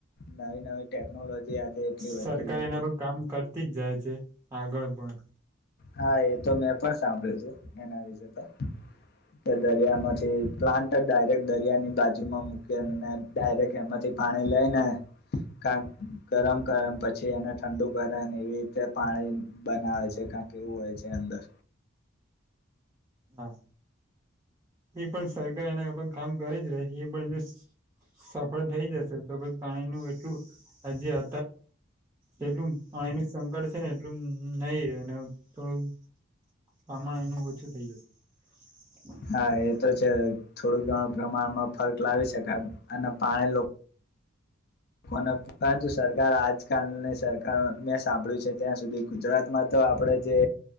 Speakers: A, on the left (about 50°); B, on the right (about 15°).
A: નવી નવી. ટેકનોલોજી આજે એટલી વધતી
B: સરકાર
A: ગઈ
B: એના પર કામ કરતી. થી જ જાય છે આગળ પણ.
A: હા એ તો મેં પણ સાંભળ્યું હતું એના વિશેે તો કે દરિયામાંથી પ્લાન્ટ ડાયરેક્ટ દરિયાની બાજુમાં મૂકી ડાયરેક્ટ એમાંથી પાણી લઈ ને કાક ગરમ કર પછી એને ઠંડુ કરે ને એવી રીતે પાણી બનાવે છે કં. કેવું હોય છે અંદર.
B: હા એ પણ સરકાર એના ઉપર કામ કરી જ રહી છે એ પણ જો સફળ થઈ જશે તો પાણીનું એટલું જે અ એટલું પાણી ન સંકટ છે ને એટલું નહી થોડું પ્રમાણ એનું ઓછું થઈ જશે. <inaudible>
A: હા એ છે થોડું ઘણું પ્રમાણમાં ફર્ક લાવી શકાય અને પાણી લોકો. કો પરંતુ સરકાર આજકાલ નહી સરકાર. મેં સાંભળ્યું છે ત્યાં સુધી ગુજરાતમાં તો આપણે જે.